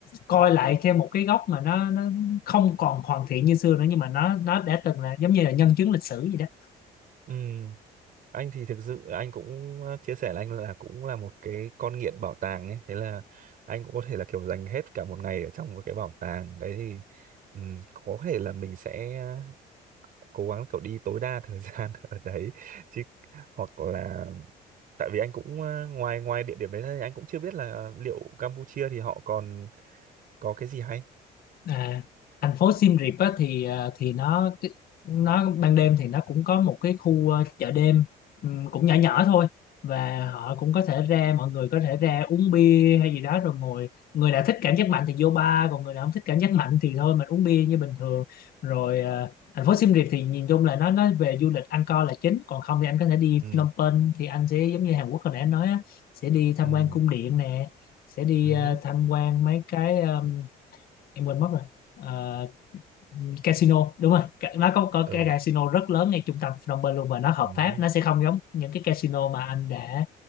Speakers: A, on the left; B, on the right.
A: coi lại theo một cái góc mà nó nó không còn hoàn thiện như xưa nữa nhưng mà nó nó đã từng là giống như là nhân chứng lịch sử vậy đó
B: ừ anh thì thực sự anh cũng ờ, chia sẻ là anh là cũng là một cái con nghiện bảo tàng ấy thế là anh cũng có thể là kiểu dành hết cả một ngày ở trong một cái bảo tàng đấy thì ừ, có thể là mình sẽ ờ, cố gắng kiểu đi tối đa thời <laughs> gian ở đấy chứ hoặc là tại vì anh cũng ờ, ngoài ngoài địa điểm đấy ra thì anh cũng chưa biết là liệu Campuchia thì họ còn có cái gì hay
A: À, thành phố Siem Reap á, thì ờ, thì nó nó ban đêm thì nó cũng có một cái khu ờ, chợ đêm ừm, cũng nhỏ nhỏ thôi và họ cũng có thể ra mọi người có thể ra uống bia hay gì đó rồi ngồi người nào thích cảm giác mạnh thì vô bar còn người nào không thích cảm giác mạnh thì thôi mình uống bia như bình thường rồi ờ, thành phố Siem Reap thì nhìn chung là nó nó về du lịch ăn co là chính còn không thì anh có thể đi
B: ừ
A: Phnom Penh thì anh sẽ giống như Hàn Quốc hồi nãy anh nói á, sẽ đi tham
B: ừ
A: quan cung điện nè sẽ đi
B: ừ hứ,
A: ờ, tham quan mấy cái ờ, em quên mất rồi Ờ, casino đúng rồi Ca- nó có có
B: ừ
A: cái casino rất lớn ngay trung tâm Phnom Penh luôn và nó hợp
B: ừ
A: pháp
B: hứ,
A: nó sẽ không giống những cái casino mà anh đã